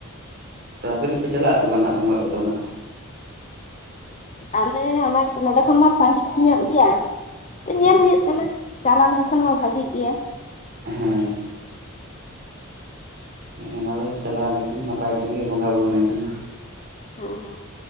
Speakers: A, on the right; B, on the left.
A: ᱛᱚ ᱟᱯᱮ ᱫᱚᱯᱮ ᱪᱟᱞᱟᱜ ᱟᱥᱮ ᱵᱟᱝ ᱱᱟᱜ ᱵᱚᱸᱜᱟ ᱠᱚᱫᱚ ᱱᱟᱜ?
B: ᱟᱞᱮ ᱚᱱᱟ ᱱᱚᱰᱮ ᱠᱷᱚᱱ ᱢᱟ ᱥᱟᱺᱜᱤᱧ ᱧᱚᱜ ᱜᱮᱭᱟ,
A: ᱦᱮᱸᱥᱮ
B: ᱧᱮᱞ ᱦᱩᱭᱩᱜ ᱠᱟᱱᱟ᱾ ᱪᱟᱞᱟᱣ ᱞᱮᱱᱠᱷᱟᱱ ᱢᱟ ᱵᱷᱟᱹᱜᱤᱜ ᱜᱮᱭᱟ᱾
A: ᱦᱮᱸ ᱦᱮᱸ ᱚᱱᱟ ᱫᱚ ᱪᱟᱞᱟᱣ ᱞᱮᱱᱠᱷᱟᱱ ᱱᱟᱯᱟᱭ ᱠᱟᱱ ᱜᱮᱭᱟ ᱵᱚᱸᱜᱟ ᱵᱩᱨᱩ ᱞᱮᱱᱠᱷᱟᱱ ᱢᱟ
B: ᱦᱮᱸ